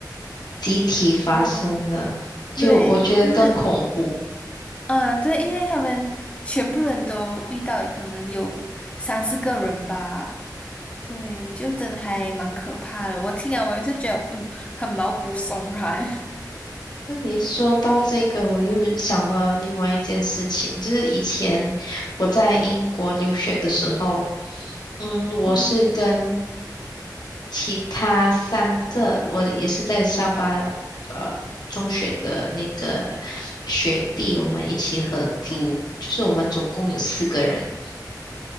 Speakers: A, on the left; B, on the left.
A: 集体发生的，
B: 哦
A: 就我觉得更恐怖。
B: 对，就是啊，对，因为他们全部人都遇到，也可能有三四个人吧。对，就真的还蛮可怕的。我听了，我也是觉得，嗯，很毛骨悚然。<laughs>
A: 那你说到这个，我又想到另外一件事情，就是以前我在英国留学的时候，嗯，我是跟
B: 嗯
A: 其他三个，我也是在沙巴呃中学的那个学弟，我们一起合租，就是我们总共有四个人。